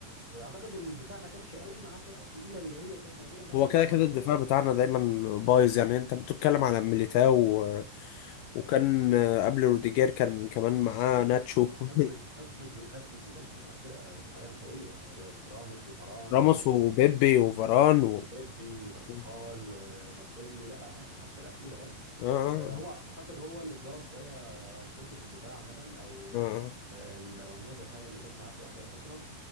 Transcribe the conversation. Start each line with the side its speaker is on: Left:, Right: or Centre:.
Right: اعتقد ان الدفاع ما كانش قوي معاه فرقه تقيله اللي هي كانت موجوده مثلا
Left: هو كده
Right: مع
Left: كده
Right: زيدان
Left: الدفاع بتاعنا دايما بايظ يعني انت بتتكلم على ميليتاو و... وكان آه، قبل روديجير كان كمان معاه ناتشو
Right: حقبه
Left: <laughs>
Right: حقبه زي- حقبه زيدان كان معاك فرقه دفاعيا قويه راموس وفاران
Left: راموس وبيبي وفاران و...
Right: وبيبي وكارفاخال
Left: آه
Right: ومارسيلو لا لا كان معاك فرقه تقيله برضه
Left: آه
Right: آه، هو اعتقد هو اللي اتظلم شويه آه، انشيلوتي في الدفاع عامه او
Left: آه آه.
Right: آه، المنظومه الدفاعيه اللي كانت معاه في اخر فتره